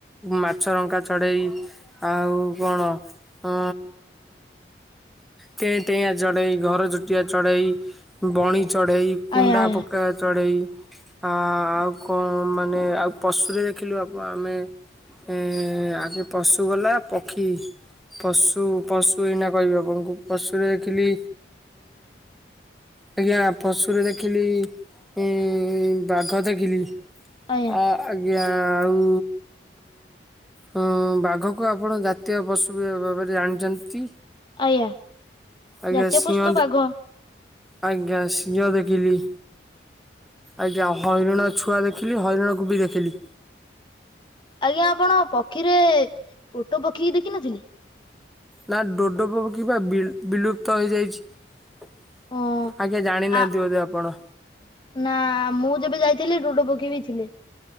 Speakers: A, in the centre; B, on the left.
A: ମାଛରଙ୍କା ଚଢ଼େଇ। ଆଉ କଣ ଅ ଟେଁ ଟେଇଁଆ ଚଢେଇ ଘର ଚଟିଆ ଚଢ଼େଇ ବଣି ଚଢ଼େଇ କୁଣ୍ଡା
B: ଆଜ୍ଞା ଆଜ୍ଞା
A: ପ ଚଢେଇ ଆ ଆଉ କଣ ମାନେ ଆଉ ପଶୁରେ ଦେଖିଲୁ ଆ ଆମେ ଏ ଆଗ ପଶୁ ଗଲା ପକ୍ଷୀ ପଶୁ ପଶୁ ଏଇନା କହିବି ଆପଣଙ୍କୁ ପଶୁରେ ଦେଖିଲି ଆଜ୍ଞା ପଶୁରେ ଦେଖିଲି ଏ ବାଘ ଦେଖିଲି
B: ଆଜ୍ଞା
A: ଆ ଆ ଆଉ ବା ବାଘକୁ ଆପଣ ଜାତୀୟ ପଶୁ ଭାବରେ ଜାଣିଚନ୍ତି।
B: ଆଜ୍ଞା
A: ଆଜ୍ଞା
B: ଜାତୀୟ
A: ସିଂହ
B: ପଶୁ ବାଘ
A: ଆଜ୍ଞା ସିଂହ ଦେଖିଲି। ଆଜ୍ଞା ହଇରାଣ ଛୁଆ ଦେଖିଲି ହରିଣ କୁବି ଦେଖିଲି।
B: ଆଜ୍ଞା ଆପଣ ପକ୍ଷୀରେ ଓଟ ପକ୍ଷୀକି ଦେଖିନଥିଲେ?
A: ନା ଡୋଡୋ ପକ୍ଷୀ ବା ବି-ବିଲୁପ୍ତ ହେଇଯାଇଛି। ଆଜ୍ଞା
B: ହଁ
A: ଜାଣିନାହାନ୍ତି
B: ଆ
A: ବୋଧେ ଆପଣ।
B: ନା ମୁଁ ଯେବେ ଯାଇଥିଲି ଡୋଡୋ ପକ୍ଷୀ ବିି ଥିଲେ।